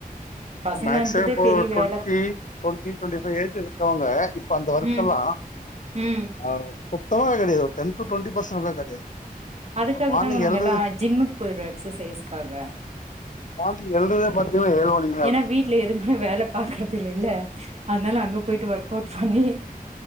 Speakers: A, on the left; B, on the right.
A: இப்ப
B: பசங்கள
A: மேக்சிமம்
B: அனுப்புறதே
A: இப்ப
B: பெரிய
A: டுவெண்ட்டி
B: வேல
A: டுவெண்ட்டி டுவெண்டிைபைவ் ஏஜ் இருக்கவங்க இப்ப அந்த ஒர்க்கேல்லாம்
B: ம் ம்
A: ஆ சோ தொங்க காடியது டென் டூ டுவெண்ட்டி பெர்ஸன்ட் கிடையாது
B: அதுக்காக
A: மார்னிங்
B: தாங்க நாங்க
A: எழுறது
B: எல்லாம் ஜிம்முக்கு போய்டோறோம் ம எக்ஸ் சசைஸ்க்காக
A: ஆ எல்ராதே மத்தேங்க ஏழு மணி
B: ஏன்னா வீட்டுல எதுவுமே வேலை பாக்குறது இ இல்ல அதனால அங்க போயிட்டு ஒர்க் அவுட் பண்ணி